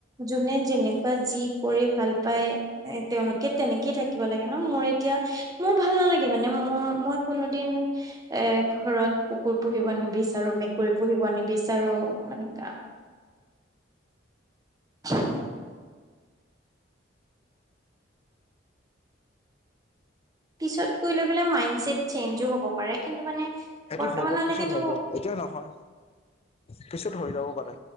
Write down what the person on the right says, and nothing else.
যোনে যেনেকুৱা যি কৰি ভাল পায় এ তেওঁলোকে তেনেকেই থাকিব লাগে, ন মোৰ এতিয়া মোৰ ভাল নালাগে মানে মোৰ মই কোনোদিন এ ঘৰত কুকুৰ পুহিব নিবিচ চাৰো, মেকুৰী পুহিব নিবিচাৰো মানে কা <unintelligible> পিছত গৈ লৈ পেলাই মাইণ্ড চেট চেঞ্জো হব পাৰে কিন্তু মানে
বৰ্তমানলৈকেতো